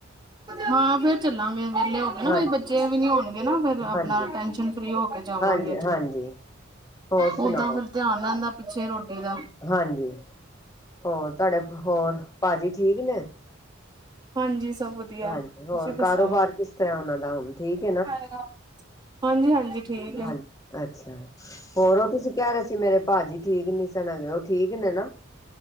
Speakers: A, on the right; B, on the left.
A: ਹਾਂ, ਫੇਰ। ਚੱਲਾਂਗੇ ਵਿਹਲੇ ਹੋ ਕੇ ਨਾ
B: ਹਾਂ
A: ਬੱਚੇ ਵੀ ਨੀ ਹੋਣਗੇ ਨਾ ਫੇਰ ਆਪਣਾ
B: ਹਾਂਜੀ
A: ਟੈਨਸ਼ਨ ਫਰੀ ਹੋ ਕੇ ਜਾਵਾਂਗੇ।
B: ਹਾਂਜੀ ਹਾਂਜੀ। ਹੋਰ
A: ਓਦਾਂ
B: ਸੁਣਾਓ
A: ਫੇਰ ਧਿਆਨ ਰਹਿੰਦਾ ਪਿੱਛੇ ਰੋਟੀ ਦਾ
B: ਹਾਂਜੀ, ਹੋਰ ਤੁਹਾਡੇ, ਹੋਰ ਭਾਜੀ ਠੀਕ ਨੇ?
A: ਹਾਂਜੀ। ਸਭ ਵਧੀਆ,
B: ਹਾਂਜੀ
A: ਤੁਸੀਂ
B: ਹੋਰ
A: ਦੱਸੋ?
B: ਕਾਰੋਬਾਰ ਕਿਸ ਤਰ੍ਹਾਂ ਉਹਨਾਂ ਦਾ ਹੁਣ ਠੀਕ
A: ਹਾਂਜੀ- ਹਾਂਜੀ। ਠੀਕ
B: ਹਾਂ,
A: ਹੈ
B: ਅੱਛਾ ਹੋਰ ਉਹ ਤੁਸੀਂ ਕਹਿ ਰਹੇ ਸੀ ਮੇਰੇ ਭਾਜੀ । ਠੀਕ ਨੀ ਸਨ ਹੈਗੇ, ਉਹ ਠੀਕ ਨੇ ਨਾ?